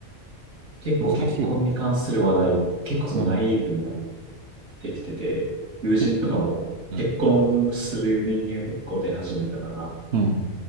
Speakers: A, on the right; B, on the right.
A: 結構結婚に関する話題、
B: 難しいよね。
A: 結構そのナイーブになっ
B: うん、
A: てきてて、友人とかも結婚する人間が結構出始めたから、
B: うん、うん、うん、